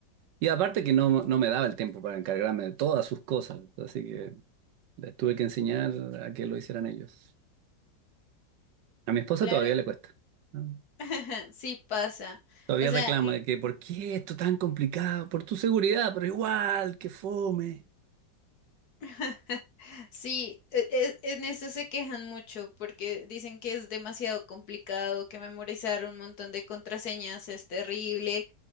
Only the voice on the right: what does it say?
Y aparte que no, no me daba el tiempo para encargarme de todas sus cosas, así que les tuve que enseñar a que lo hicieran ellos. A mi esposa
todavía le cuesta. ¿no?
Todavía
reclama de que ¿por qué esto tan complicado? Por tu seguridad, pero igual, que fome.